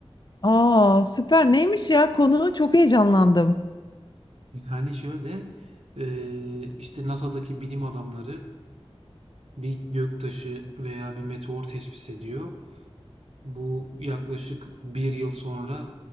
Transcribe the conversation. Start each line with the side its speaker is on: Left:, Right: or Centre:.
Left: Aa süper. Neymiş ya konu? Çok heyecanlandım.
Right: Yani şöyle, eee, işte NASA'daki bilim adamları bir göktaşı veya bir meteor tespit ediyor. Bu yaklaşık bir yıl sonra